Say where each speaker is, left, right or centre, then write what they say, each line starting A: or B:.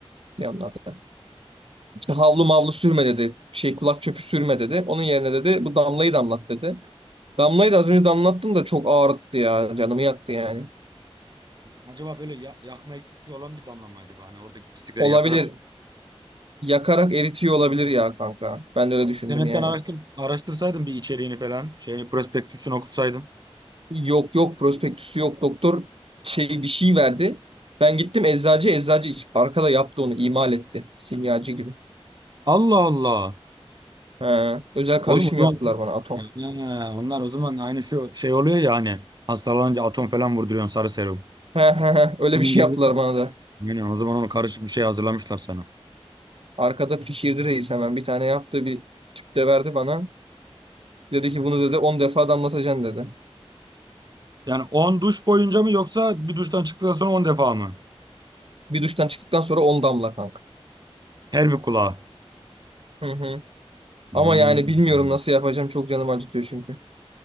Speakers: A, on the right; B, on the right.
A: Ne onlar da. İşte havlu mavlu sürme dedi. Şey kulak çöpü sürme dedi. Onun yerine dedi bu damlayı damlat dedi. Damlayı da az önce damlattım da çok ağrıttı ya. Canımı yaktı yani.
B: Acaba böyle ya- yakma etkisi olan bir damla mı acaba? Hani oradaki pislikleri
A: Olabilir.
B: yakarak.
A: Yakarak eritiyor olabilir ya kanka. Ben de öyle düşündüm
B: İnternetten
A: yani.
B: araştır, araştırsaydım bir içeriğini falan. Şey, prospektüsünü okutsaydım.
A: Yok yok prospektüsü yok. Doktor şey bir şey verdi. Ben gittim eczacı eczacı arkada yaptı onu imal etti. Simyacı gibi.
B: Allah Allah.
A: He, özel karışım
B: Oğlum o zaman
A: yaptılar bana atom.
B: Ha, onlar o zaman aynı şu şey oluyor ya hani hastalanınca atom falan vurduruyorsun sarı serum.
A: He, he, he. Öyle
B: Onun
A: bir şey
B: gibi.
A: yaptılar
B: bir-
A: bana da.
B: Yani o zaman onu karışık bir şey hazırlamışlar sana.
A: Arkada pişirdi reis hemen bir tane yaptı bir tüp de verdi bana. Dedi ki bunu dedi 10 defa damlatacaksın dedi.
B: Yani 10 duş boyunca mı yoksa bir duştan çıktıktan sonra 10 defa mı?
A: Bir duştan çıktıktan sonra 10 damla kanka.
B: Her bir kulağa.
A: Hı hı.
B: Hmm.
A: Ama yani bilmiyorum nasıl yapacağım. Çok canım acıtıyor çünkü.